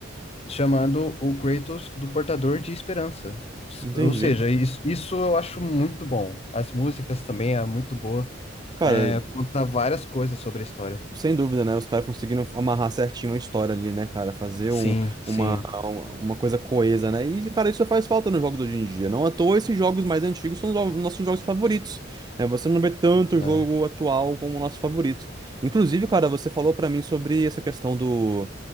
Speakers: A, on the left (about 35°); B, on the right (about 20°).
A: chamando o Kratos do Portador de Esperança. S-
B: Entendi.
A: Ou seja, isso, isso eu acho muito bom. As músicas também é muito boa.
B: Cara,
A: É, conta várias coisas sobre a história.
B: Sem dúvida, né? Os caras conseguiram amarrar certinho a história ali, né, cara? Fazer
A: Sim,
B: um- uma,
A: sim.
B: uma coisa coesa, né? E, cara, isso faz falta nos jogos de hoje em dia. Não à toa, esses jogos mais antigos são os jo- nossos jogos favoritos. né? você não vê tanto
A: né.
B: jogo atual como o nosso favorito. Inclusive, cara, você falou pra mim sobre essa questão do,